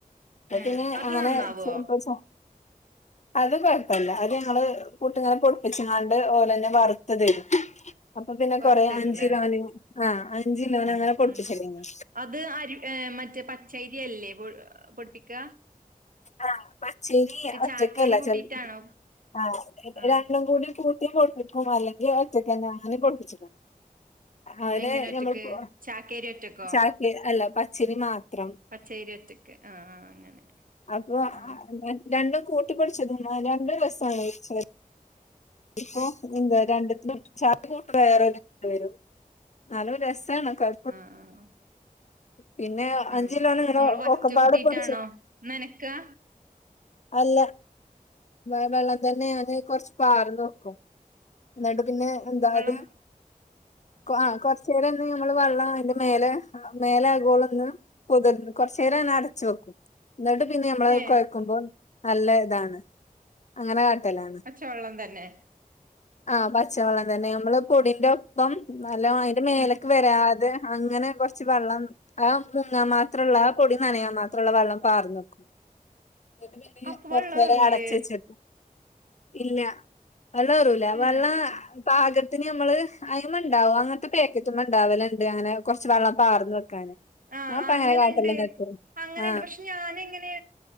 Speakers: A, on the left; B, on the right.
A: പ്പപിന്നെ
B: ഏഹ് അത്
A: അങ്ങനെ
B: നന്നാവോ
A: പ <unintelligible> അത് കൊഴപ്പല്ല അത് ഞങ്ങള് പു ട്ടിങ്ങനെ പൊ ടിച്ച്ങ്ങാണ്ട് ഓളന്നെ വറുത്തതെടുക്കും അപ്പൊ പിന്നെ
B: വറുത്തരൂല്ലേ
A: കൊറേ അഞ്ചിലോന് ആഹ് അഞ്ചിലോന്
B: ഉം
A: അങ്ങനെ പൊട്പ്പിച്ചലൈനി
B: ഉം അത് അരി മറ്റേ പച്ചയ്രിയല്ലേ പൊടി പൊട്ടിക്ക
A: ആഹ് പച്ചരിയ ഒറ്റക്കല്ല
B: ചാക്കേരി കൂട്ടിയിട്ടാണോ
A: ചെല ആഹ്
B: ആഹ്
A: രണ്ടും കൂടി കൂ- ട്ടി പൊട്പ്പിക്കും അല്ലെങ്കി അത് ഒറ്റക്കന്നെ അങ്ങനെ പൊട്പ്പിച്ചണ് അയ്ന്
B: എങ്ങനെ ഒറ്റക്ക്
A: നമ്മള്പ്പോ
B: ചാക്കേരി ഒറ്റക്കോ
A: ചാക്കെ അല്ല പച്ചരി മാത്രം
B: പച്ചയ്രി ഒറ്റക്ക് ആഹ് ആഹ് അങ്ങനെ
A: അപ്പൊ
B: ആഹ്
A: രണ്ടും കൂട്ടിപ്പൊടിച്ചതും രണ്ടും രസാണ് വേവിച്ചാല് ഇപ്പൊ എന്താ രണ്ടും പൊടിച്ചാത്തതാ വേറെ <unintelligible> വരും ന്നാലും രസാണ് കൊഴ
B: ആഹ് ആഹ് ആഹ്
A: പിന്നെ അഞ്ചിലോന്
B: ആഹ്
A: ഇങ്ങനെ
B: ഇങ്ങള് വറ്റ്
A: ഒക്കെപാടെ
B: കൂട്ടിയിട്ടാണോ
A: പൊടിച്ച്ണ്
B: നനക്കാ
A: അല്ല. വെ വെള്ളം തന്നെ ഞാന് കൊറച്ച് പാർന്ന് വെക്കും. ഇന്നട്ട് പിന്നെ എന്തായത്
B: വെള്ളം
A: കൊ ആഹ് കൊർ ച്ചേരം ഒന്ന് നമ്മള് വള്ളം അയ്ന്റെ മേലെ ആഹ് മേലെ ആകോളൊന്ന് പൊതിർന്ന് കൊറച്ചേരം അങ്നെ അടച്ചു വെക്കും. ഇന്നട്ട് പിന്നെ ഞമ്മളത്
B: ഏഹ്
A: കൊയ്ക്കുമ്പം നല്ല ഇതാണ്. അങ്ങനെ കാട്ടലാണ്.
B: പച്ച വെള്ളം തന്നെ.
A: ആഹ് പച്ചവെള്ളം തന്നെ. നമ്മള് പൊടിന്റെ ഒപ്പം നല്ലോം അയ്ന്റെ മേലെക്ക്
B: ഉം
A: വരാതെ അങ്ങനെ കൊറച്ച് വെള്ളം ആ മുങ്ങാം മാത്രള്ള ആ പൊടി നനയാൻ മാത്രള്ള വെള്ളം പാർന്നെക്കും. ന്നട്ട് പിന്നെ
B: അപ്പൊ
A: കൊറച്ചേരം
B: വെള്ളം ഏറൂലേ
A: അടച്ച് വെച്ച് ഇല്ല. വെള്ളേറൂല. വെള്ളാ
B: ഏഹ്
A: പാകത്തിന് നമ്മള്. അയ്മണ്ടാവും. അങ്ങൻത്തെ പേക്കറ്റ്മെ ഇണ്ടാവല്ണ്ട് അങ്ങനെ കൊർച്ച് വെള്ളം പാർന്ന് വെക്കാന്.
B: ആഹ്
A: ഞാൻപ്പ
B: ആഹ്
A: അങ്ങനെ
B: അങ്ങനെണ്ട്.
A: കാട്ടല്ണ്ട് എപ്പഴും
B: അങ്ങനെണ്ട്
A: ആഹ്
B: പക് ഷെ ഞാന് ങ്ങനെ,